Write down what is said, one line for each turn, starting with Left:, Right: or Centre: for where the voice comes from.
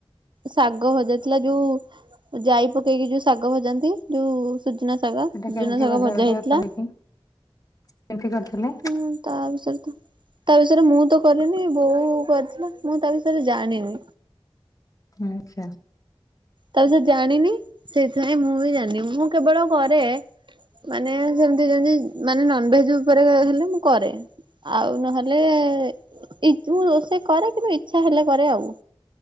Right: ଶାଗ ଭଜାଥିଲା ଯୋଉ ଜାଇ ପକେଇକି ଯୋଉ ଶାଗ ଭଜାନ୍ତି ଯୋଉ। ସୁଜନା ଶାଗ
Left: ସେଟା
Right: ସୁଜନା
Left: କେମିତି
Right: ଶାଗ ଭଜା
Left: ଟିକେ
Right: ହେଇଥିଲା।
Left: କହିକି କେମିତି କରିଥିଲେ?
Right: ହଁ ତାପଛରେ ତ। ତା ବିଷୟରେ ମୁଁ ତ କରିନି ବୋଉ କରିଥିଲା ମୁଁ ତା ବିଷୟରେ ଜାଣିନି।
Left: ଆଛା।
Right: ତାବିଷରେ ସେ ଜାଣିନି ସେଇଥିପାଇଁ ମୁଁ ବି ଜାଣିନି ମୁଁ କେବଳ କରେ। ମାନେ ସେମିତି ଯେମିତି ମାନେ ନନଭେଜ ଉପରେ ହେଲେ ମୁଁ କରେ। ଆଉ ନହେଲେ ଏଇ ଯଉ ରୋଷେ କରେ କିନ୍ତୁ ଇଚ୍ଛା ହେଲେ କରେ ଆଉ।